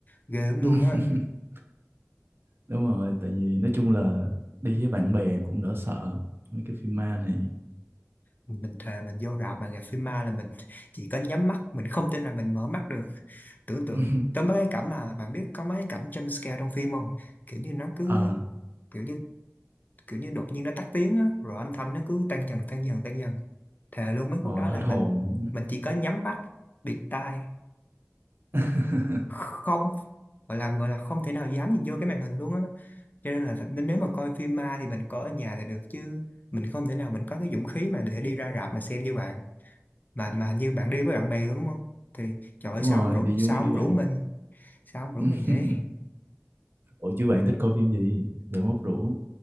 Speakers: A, on the left (about 35°); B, on the right (about 50°).
A: Ghê lắm luôn
B: <laughs>
A: á.
B: Đúng rồi, tại vì nói chung là đi với bạn bè cũng đỡ sợ. Mấy cái phim ma này.
A: mình thề mình vô rạp mà gặp phim ma là mình <laughs> chỉ có nhắm mắt mình không tin là mình mở mắt được tưởng tượng
B: <laughs>
A: có mấy cái cảnh mà bạn biết có mấy cái cảnh jump scare trong phim không kiểu như nó cứ
B: À,
A: kiểu như kiểu như đột nhiên nó tắt tiếng á rồi âm thanh nó cứ tăng dần tăng dần tăng dần thề luôn mấy
B: rồi
A: khúc đó
B: hết
A: là
B: hồn.
A: mình mình chỉ có nhắm mắt bịt tai
B: <laughs>
A: không gọi là gọi là không thể nào dám nhìn vô cái màn hình luôn á cho nên là thật- nên nếu mà coi phim ma thì mình coi ở nhà thì được chứ mình không thể nào mình có cái dũng khí mà để đi ra rạp mà xem như bạn mà mà như bạn đi với bạn bè đúng không thì trời ơi,
B: Đúng
A: sao
B: rồi,
A: ông rủ
B: đi
A: sao
B: với mấy đứa
A: ông
B: bạn.
A: rủ mình sao ông rủ
B: <laughs>
A: mình vậy
B: Ủa chứ bạn thích coi phim gì? Để mốt rủ.